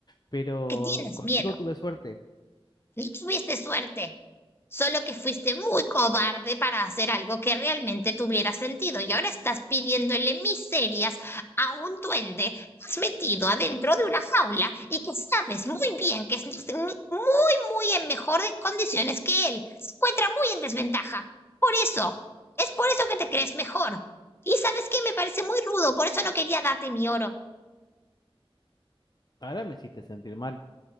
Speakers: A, on the left; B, on the left.
A: Pero
B: Que tienes
A: contigo
B: miedo.
A: tuve suerte.
B: No tuviste suerte. Solo que fuiste muy cobarde para hacer algo que realmente tuviera sentido y ahora estás pidiéndole miserias a un duende que has metido adentro de una jaula y que sabes muy bien que es muy, muy en mejores condiciones que él. Se encuentra muy en desventaja. Por eso, es por eso que te crees mejor. Y sabes qué, me parece muy rudo, por eso no quería darte mi oro.
A: Ahora me hiciste sentir mal.